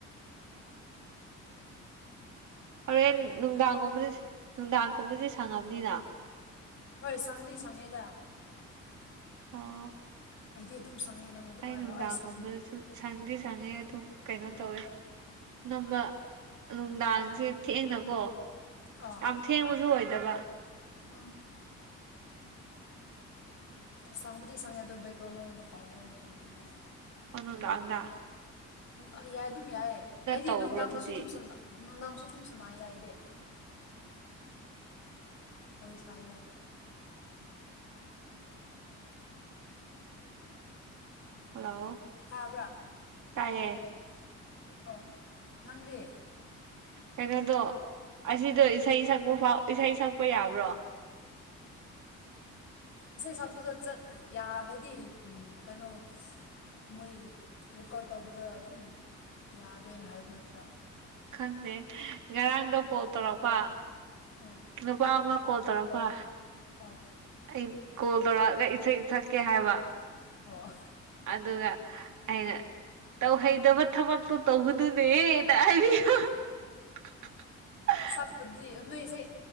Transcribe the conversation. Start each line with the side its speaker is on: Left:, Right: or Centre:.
Right: ꯍꯣꯔꯦꯟ ꯅꯨꯡꯗꯥꯡꯒꯨꯝꯕꯗꯤ ꯅꯨꯡꯗꯥꯡꯒꯨꯝꯕꯗꯤ ꯁꯪꯉꯕꯅꯤꯅ
Left: ꯍꯣꯏ ꯁꯪꯂꯤ ꯁꯪꯉꯦꯗ
Right: ꯑꯥ <unintelligible> <inaudible>
Left: ꯑꯩꯗꯤ ꯑꯗꯨꯝ ꯁꯪꯉꯦ ꯅꯪꯅ ꯑꯗꯨꯝ
Right: ꯑꯩ
Left: ꯍꯥꯏꯔꯛꯑꯣ
Right: ꯅꯨꯡꯗꯥꯡꯒꯨꯝꯕꯗꯁꯨ
Left: ꯁꯪꯗ
Right: ꯁꯪꯗꯤ ꯁꯪꯉꯦ ꯑꯗꯨ ꯁꯨꯝ ꯀꯩꯅꯣ ꯇꯧꯋꯦ ꯅꯝꯕ ꯅꯨꯡꯗꯥꯡꯁꯦ ꯊꯦꯡꯅꯀꯣ
Left: ꯑꯥ
Right: ꯌꯥꯝ ꯊꯦꯡꯉꯁꯨ ꯑꯣꯏꯗꯕ
Left: ꯎꯝ <unintelligible> <inaudible> ꯁꯥꯡꯕꯨꯗꯤ ꯁꯪꯉꯦ ꯑꯗꯣ ꯕꯦꯛꯒ꯭ꯔꯥꯎꯟ ꯑꯣꯏꯣꯏꯒꯕ ꯇꯥꯒꯦ ꯍꯥꯏꯅ ꯈꯟꯕꯅꯤꯗ
Right: ꯑꯣꯗꯥꯗ
Left: ꯑ ꯌꯥꯏ ꯑꯗꯨꯝ ꯌꯥꯏꯑ ꯑꯩꯗꯤ
Right: ꯇꯧꯕ꯭ꯔꯣ
Left: ꯅꯨꯡꯗꯥꯡꯗꯁꯨ
Right: ꯑꯗꯨꯗꯤ
Left: ꯑꯗꯨꯝ ꯆ ꯅꯨꯡꯗꯥꯡꯁꯨ ꯑꯗꯨꯝ ꯁꯅꯥꯏꯔꯏꯗꯤ ꯋꯥꯔꯤ ꯁꯥꯏꯗ
Right: ꯍꯜꯂꯣ
Left: ꯇꯥꯕ꯭ꯔꯥ
Right: ꯇꯥꯏꯌꯦ
Left: ꯑꯣ ꯅꯪꯗꯤ
Right: ꯀꯩꯅꯣꯗꯣ ꯑꯁꯤꯗꯣ ꯏꯁꯩ ꯁꯛꯄ ꯐꯥꯎ ꯏꯁꯩ ꯁꯛꯄ ꯌꯥꯕ꯭ꯔꯣ <unintelligible> <inaudible>
Left: ꯏꯁꯩ ꯁꯛꯄꯗꯠ ꯍꯥꯏꯗꯤ ꯀꯩꯅꯣ ꯃꯣꯏ ꯔꯦꯀꯣꯔꯠ ꯇꯧꯕꯗ ꯑꯗꯨꯝ ꯌꯥꯗꯦꯅ ꯍꯥꯏꯕ ꯅꯠꯇ꯭ꯔꯥ
Right: ꯈꯪꯗꯦ ꯉꯔꯥꯡꯗ ꯀꯣꯜ ꯇꯧꯔꯛꯄ
Left: ꯎꯝ
Right: ꯅꯨꯄꯥ ꯑꯃ ꯀꯣꯜ ꯇꯧꯔꯛꯄ
Left: ꯑꯣ
Right: ꯑꯩ ꯀꯣꯜ ꯇꯧꯔꯛꯑꯒ ꯏꯊꯛ ꯏꯊꯛꯀꯦ ꯍꯥꯏꯕ
Left: ꯑꯣ
Right: ꯑꯗꯨꯒ ꯑꯩꯅ ꯇꯧꯍꯩꯗꯕ ꯊꯕꯛꯇꯣ ꯇꯧꯒꯅꯨꯅꯦꯍ <unintelligible> <inaudible>
Left: ꯁꯛꯄꯗꯤ ꯅꯣꯏ ꯏꯁꯩ